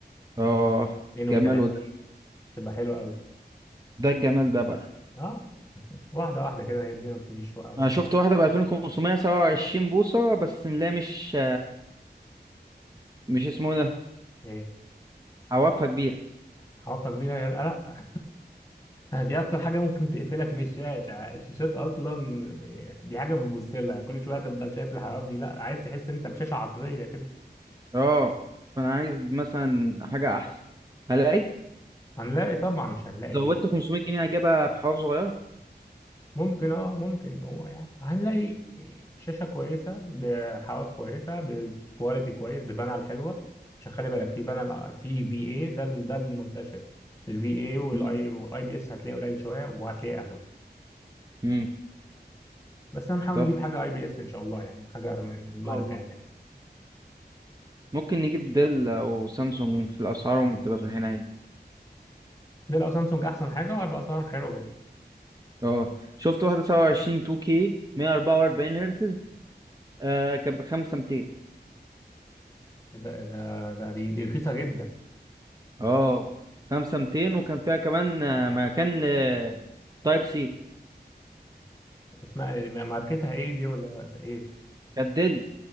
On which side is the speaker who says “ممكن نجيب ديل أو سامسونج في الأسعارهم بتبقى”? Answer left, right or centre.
Right